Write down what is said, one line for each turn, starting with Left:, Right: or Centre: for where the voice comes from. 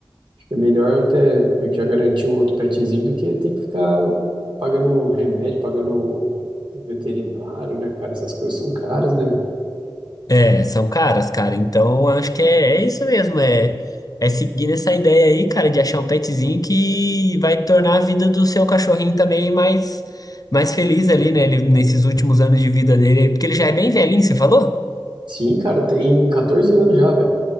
Right: Fica melhor até meio que já garantir um outro petzinho do que ter que ficar pagando remédio, pagando veterinário, né, cara? Essas coisas são caras, né, velho?
Left: é, são caras, cara. Então, acho que é, é isso mesmo. É, é seguir essa ideia aí, cara, de achar um petzinho que vai tornar a vida do seu cachorrinho também mais, mais feliz ali, né? Ele, nesses últimos anos de vida dele. Porque ele já é bem velhinho, você falou?
Right: Sim, cara, tem 14 anos já, velho.